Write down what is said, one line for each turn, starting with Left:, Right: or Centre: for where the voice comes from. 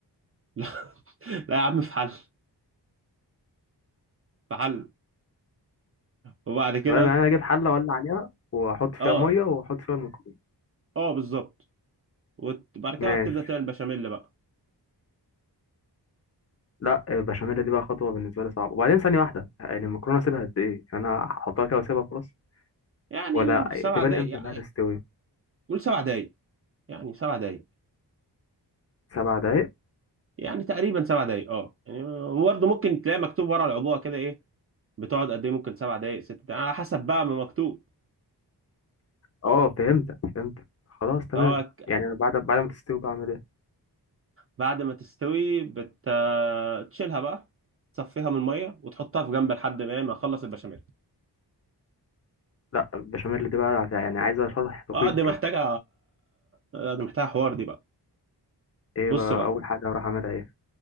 Right: <laughs> لا, لا يا عم في حل في حل وبعد كده
Left: تمام يعني انا اجيب حله ولا عليها واحط فيها
Right: اه
Left: ميه واحط فيها المكرونه
Right: اه بالظبط وبعد كده
Left: ماشي
Right: بتبدا تعمل بشاميل بقى
Left: لا البشاميل دي بقى خطوه بالنسبه لي صعبه وبعدين ثانيه واحده يعني المكرونه اسيبها قد ايه يعني انا احطها كده واسيبها خلاص
Right: يعني
Left: ولا
Right: سبع
Left: تبان
Right: دقائق
Left: امتى
Right: يعني
Left: انها تستوي
Right: قول سبع دقايق يعني سبع دقايق
Left: سبع دقايق
Right: يعني تقريبا سبع دقايق اه يعني برضه ممكن تلاقي مكتوب ورا العبوه كده ايه بتقعد قد ايه ممكن سبع دقايق ست دقايق على حسب بقى ما مكتوب
Left: اه فهمتك فهمتك خلاص تمام
Right: فهو ك-
Left: يعني أنا بعد بعد ما تستوي بعمل ايه
Right: بعد ما تستوي بت تشيلها بقى تصفيها من الميه وتحطها في جنب لحد ما ما اخلص البشاميل
Left: لا البشاميل دي بقى هت- يعني عايزه شرح دقيق
Right: اه دي محتاجه
Left: كده
Right: آه، دي محتاجه حوار دي بقى
Left: ايه
Right: بص
Left: بقى
Right: بقى
Left: اول حاجه هروح اعملها ايه